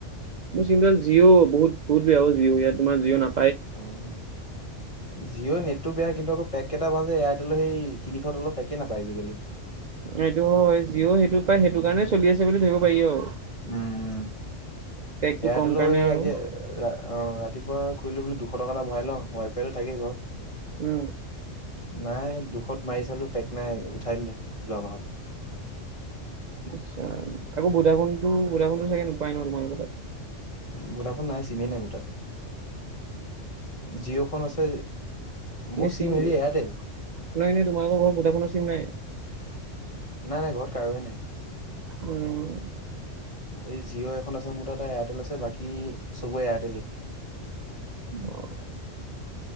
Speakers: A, on the right; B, on the left.
A: মোৰ চিমডাল জিঅ' বহুত বহুত বেয়া' জিঅ' ইয়াত তোমাৰ জিঅ' নাপাই।
B: উম জিঅ' নেট টো এই বেয়া কিন্তু আকৌ পেকেইটা ভাল যে এয়াৰটেলৰ সেই তিনিশ তলৰ পেকে নাপায় আজিকালি।
A: এইটো হয় যিও সেইটো পায় সেইটো
B: উম
A: কাৰণে চলি আছে বুলি ধৰিব পাৰি আৰু
B: উম
A: পেকটো
B: এয়াৰটেলৰ
A: কম কাৰণে আৰু।
B: আজি অ ৰাতিপুৱা খুৰিলো বুলি দুশ টকা এটা ভৰাই ল‌ও ৱাইফাইটো থাকে ঘৰত
A: উম
B: নাই দুখত মাৰি চালো পেক নাই উঠাই দিলে যোৱা মাহত।
A: আচ্চা আকৌ ভোদা ফোনটো ভোদাফোনটো চাগে ন নোপায় তোমালোকৰ তাত
B: ভোদাফোন নাই চিমেই নাই মোহ তাত। জিঅ'খন আছে মোৰ
A: এ চিম
B: হেৰি
A: ন
B: এয়াৰটেল।
A: এনেই তোমালোকৰ বৰত ভোডাফোনৰ চিম নাই,
B: নাই নাই ঘৰত কাৰোয়েই নাই।
A: উম
B: এই জিঅ' এখন আছে মোৰ তাতে এয়াৰটেল আছে বাকী চবৰে এয়াৰটেলেই।
A: অ